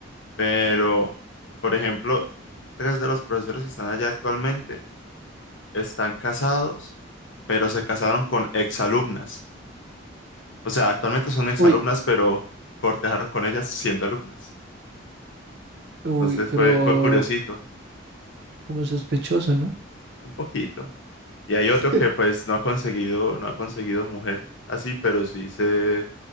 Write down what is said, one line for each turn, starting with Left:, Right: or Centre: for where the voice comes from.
Left: Pero, por ejemplo, tres de los profesores que están allá actualmente están casados, pero se casaron con exalumnas. O sea, actualmente son exalumnas,
Right: Uy,
Left: pero cortejaron con ellas siendo alumnas.
Right: uy,
Left: Entonces
Right: pero
Left: fue, fue curiosito,
Right: como sospechoso, ¿no?
Left: un poquito. Y hay
Right: <laughs>
Left: otro que pues no ha conseguido, no ha conseguido mujer así, pero sí se,